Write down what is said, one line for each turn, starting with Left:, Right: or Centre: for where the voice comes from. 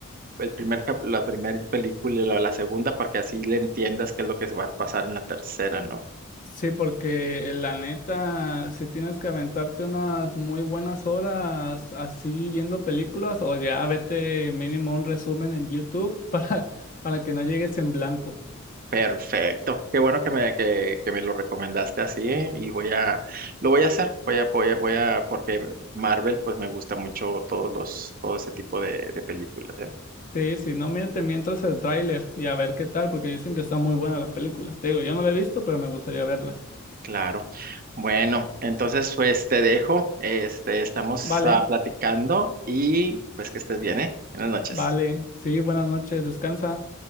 Right: el primer, cap- la primera película y la, la segunda para que así le entiendas qué es lo que va a pasar en la tercera, ¿no?
Left: Sí, porque la neta, si tienes que aventarte unas muy buenas horas así viendo películas, o ya vete mínimo un resumen en YouTube <laughs> para, para que no llegues en blanco.
Right: Perfecto. Qué bueno que me, que, que me lo recomendaste así, ¿eh? Y voy a, lo voy a hacer, voy a, voy a, voy a, porque Marvel, pues me gusta mucho todos los, todo ese tipo de, de películas, ¿eh?
Left: Sí, si no, mírate mientras el tráiler y a ver qué tal, porque dicen que está muy buena la película. Te digo, yo no la he visto, pero me gustaría verla.
Right: Claro. Bueno, entonces pues te dejo, este, estamos
Left: Vale,
Right: ah, platicando y pues que estés bien, ¿eh? Buenas noches.
Left: vale, sí, buenas noches, descansa.